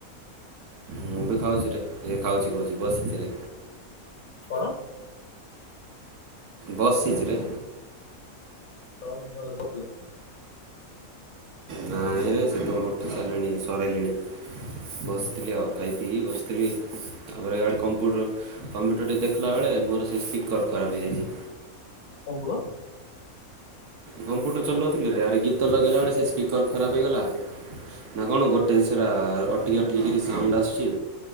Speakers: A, on the right (about 85°); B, on the left (about 70°).
A: ମୁଁ ବି ଖାଉଛି ରେ ଏ ଖାଉଛି କହୁଛି ବସିଚିରେ
B: କଣ?
A: ବସିଚି ରେ
B: ହ ଭଲେ ଭଲ? <unintelligible>
A: ନାଇରେ ସେତେବେଲୁ ଉଠି ସାରିଲେଣି ସରେଇଲିଣି। ବସିଥିଲି ଆଉ ଖାଇ ପିଇକି ବସିଥିଲି। ତାପରେ ଇଆଡ଼େ କମ୍ପୁଟର କମ୍ପ୍ୟୁଟର ଟେ ଦେଖିଲା ବେଳେ ମୋର ସେ ସ୍ପିକର୍ ଖରାପ ହେଇଯାଇଛି।
B: କପୁଣ?
A: କମ୍ପ୍ୟୁଟର ଚଲଉଥିଲି ରେ ଆ ରେ ଗୀତ ଲଗେଇଲାବେଳେ ସେ ସ୍ପିକର୍ ଖରାପ ହେଇଗଲା। ନା କଣ ଗୋଟେ ସେରା ଅଟିକି ଅଟିକି କିରି ସାଉଣ୍ଡ ଆସୁଛି।